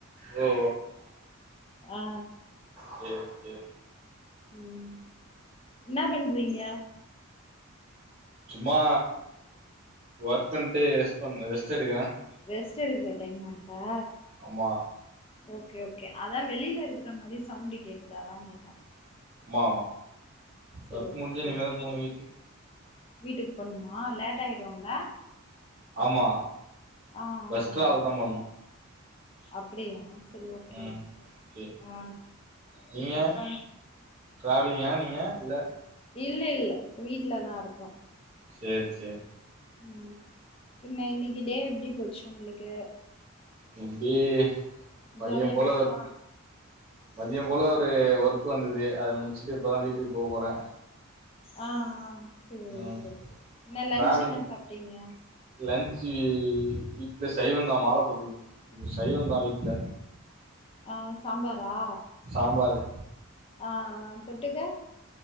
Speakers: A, on the right (about 30°); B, on the left (about 25°).
A: ஓ
B: ஆ
A: சேர் சேர்
B: ம் என்னா பண்றீங்க
A: சும்மா ஒர்க் பண்ட்டு ரெஸ்ட் பண் ரெஸ்ட்டு எடுக்கிறே
B: ரெஸ்ட் எடுக்குற டைம்மா இப்பா
A: ஆமா
B: ஓகே ஓகே அதா வெளியில இருக்கிற மாரி சவுண்டு கேக்குதா அதா கேட்டே
A: மா மா
B: சரி
A: ஒர்க்
B: ஓகே
A: முடிஞ்சு இனிமே
B: ஓகே
A: தா போணு வீட்டுக்
B: வீட்டுக்கு போணுமா லேட் ஆயிடுல்ல
A: மா
B: ஆ
A: பஸ்ட்டு
B: ஆ
A: ட்ராவல்தா பண்ணு
B: அப்டியா செரி ஓகே
A: ம்
B: ஓகே
A: ஓகே
B: ஆ
A: நீங்க
B: அப்பறோ
A: ட்ராவலிங்கா நீங்க இல்ல
B: இல்ல இல்ல வீட்டுலதா இருக்குறோ
A: செர் செரி
B: ம் என்ன இன்னிக்கு டே எப்டி போச்சு உங்க்ளுக்கு
A: அப்டியே மதியம்
B: ஜாலியா
A: போல
B: போச்சா
A: மதியம் போல ஒரு ஒர்க் வந்தது அத முடிச்சுட்டு இப்பதா வீட்டுக்கு போ போறே
B: ஆ ஆ செரி
A: ம்
B: செரி என்ன லன்ச்
A: டிராவலிங்
B: என்ன சாப்பிட்டீங்க
A: லன்ச்சு வீட்ல சைவந்தா மால போட்டுருக்கே சைவந்தா வீட்ல
B: ஆ சாம்பாரா
A: சாம்பாரு
B: ஆ ஆ தொட்டுக்க